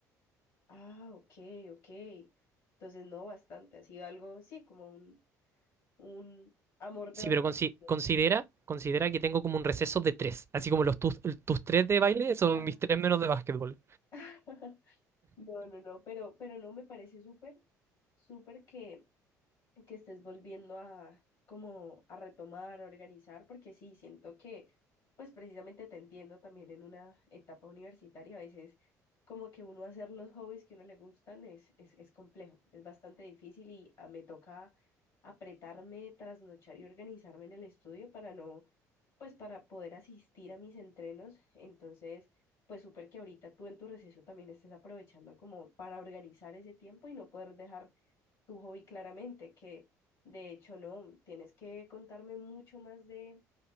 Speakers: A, on the left; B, on the right.
A: Ah, ok, ok. Entonces no bastante, ha sido algo, sí, como un, un amor de
B: Sí,
A: bastante
B: pero consi-
A: tiempo.
B: considera, considera que tengo como un receso de tres. Así como los tus, tus tres de baile son
A: Ajá.
B: mis tres menos de básquetbol.
A: <laughs> No, no, no, pero, pero no me parece súper, súper que que estés volviendo a como a retomar, a organizar, porque sí, siento que pues precisamente te entiendo también en una etapa universitaria, a veces como que uno hacer los hobbies que a uno le gustan es, es, es complejo, es bastante difícil y ah, me toca apretarme, trasnochar y organizarme en el estudio para no, pues para poder asistir a mis entrenos, entonces... Pues súper que ahorita tú en tu receso también estés aprovechando como para organizar ese tiempo y no poder dejar tu hobby claramente, que de hecho no, tienes que contarme mucho más de,